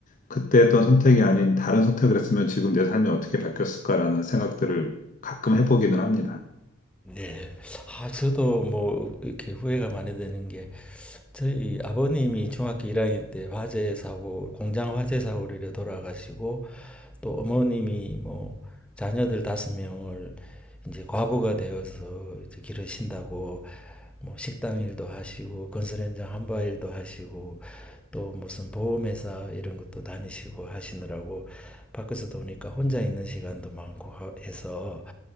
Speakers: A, on the left; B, in the centre.
A: 그때 했던 선택이 아닌 다른 선택을 했으면 지금 내 삶이 어떻게 바뀌었을까라는 생각들을 가끔 해보기는 합니다.
B: 예. 아, 저도 뭐 이렇게 후회가 많이 되는 게 저희 아버님이 중학교 1학년 때 화재 사고, 공장 화재 사고로 이래 돌아가시고 또 어머님이 뭐 자녀들 다섯 명을 이제 과부가 되어서 이제 기르신다고 뭐 식당 일도 하시고 건설 현장 한바 일도 하시고 또 무슨 보험회사 이런 것도 다니시고 하시느라고 밖에서 도니까 혼자 있는 시간도 많고 해서